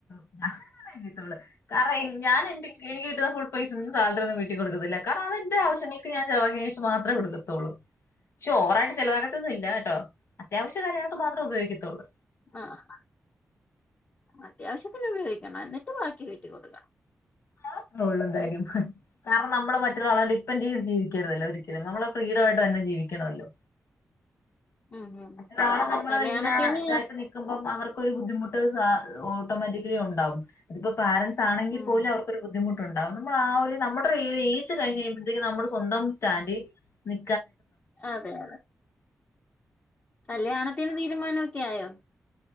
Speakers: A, on the left; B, on the left.
A: <unintelligible> കാരണം എ എൻ ഞാൻ എന്റെ എനിക്ക് കിട്ടുന്ന ഫുൾ പൈസ ഒന്നും സാലറി ഒന്നും വീട്ടീ കൊടുക്കത്തില്ല കാരണം അതെൻ ന്റെ ആവശ്യങ്ങക്ക് ഞാൻ ചെലവാക്ക്യേന് ശേഷം മാത്രേ കൊടുക്കത്തുള്ളൂ പക്ഷെ ഓവറായിട്ട് ചെലവാകത്തൊന്നുംഇല്ല ട്ടോ അത്യാവശ്യ കാര്യങ്ങൾക്ക് മാത്രേ ഉപയോഗിക്കത്തുള്ളൂ
B: അ ആഹ് അത്യാവശ്യത്തിന് ഉപയോഗിക്കണം എന്നിട്ട് ബാക്കി വീട്ടീകൊട്ക്കണം.
A: അതാത്രോള്ളു എന്തായാലും കാരണം നമ്മള് മറ്റൊരാളാാര് ഡിപ്പ് പ്പന്റെയ്ത് ജീവിക്കരുതല്ലോ ഒരിക്കലും നമ്മളെ ഫീഡമായിട്ട് തന്നെ ജീവിക്കണല്ലോ
B: ഉം ഉം ഉം.
A: ളെ നമ്മള്
B: കല്യാണത്തിന്
A: ഇങ്ങനെ ഇതായിട്ട് നക്കുമ്പ പം അവർക്കൊരു ബുദ്ധിമുട്ട്ആ ഓട്ടോമാറ്റിക്കലി ഉണ്ടാകും ഇതിപ്പോ പാരന്റ്സ് ആണെങ്കിൽ
B: ഉം
A: പോലും അവർക്ക് ബുദ്ധിമുട്ടുണ്ടാവും നമ്മൾ ആ ഒരു നമ്മുടെ ഏജ കഴഞ്ഞ്ഴുമ്പഴത്തേും നമ്മ സ്വന്തം സ്റ്റാൻഡ് നി
B: അതെ അതെ കല്യാണത്തിന് തീരുമാനമൊക്കെ ആയോ